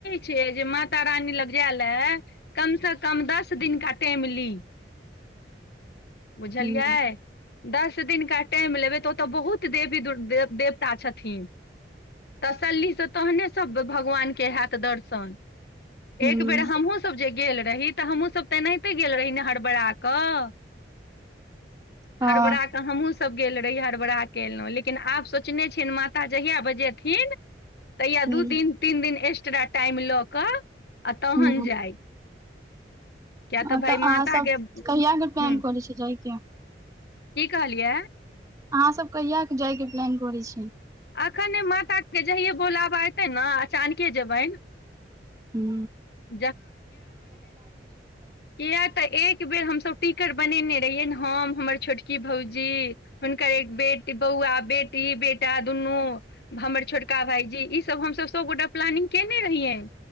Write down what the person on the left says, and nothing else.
छीयै जे माता रानी लग जाए लए कम से कम दस दिनका टैम ली बुझलियै
दस दिनका टाइम लेबै तऽ ओतऽ बहुत <unintelligible> देवी दु दे देवता छथीन तसल्ली स तहने सब भगवान के होयत दर्शन
एक बेर हमहुँ स सब जे गेल रही तऽ हमहूँ सब त एनाहिते गेल रही ने हरबड़ा कऽ
हरबराक तऽ हमहूँसब गेल रही हड़बड़ाक कलौं लेकिन आब सोचने छियनि माता जहिया बजेथिन तहिया
दू दिन तीन दिन एस्ट्रा टाइम लऽ कऽ आ तहन
जाय किया तऽ
भाय
माता
के हूँ
की कहलियै
अखनै माता के जहिये बोलाबाऽ एतै न अचानके जेबनि
<unintelligible> किया तऽ एक बेर हम सभ टिकर बनेने रहियै हम हमर छोटकी भौजी हुनकर एक बेट बौआ बेटी बेटा दुनू हमर छोटका भाईजी ईसभ हम सभ सभ गोटा प्लानिंग कैने रहियै